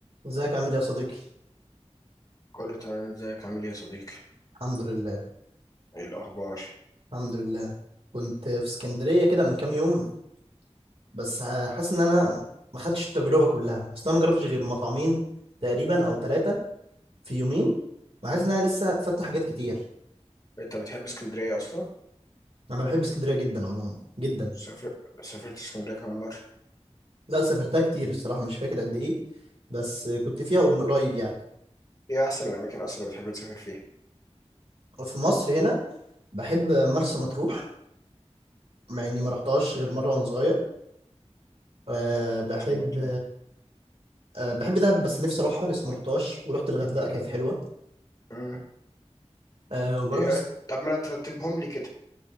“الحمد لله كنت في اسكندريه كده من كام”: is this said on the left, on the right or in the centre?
Right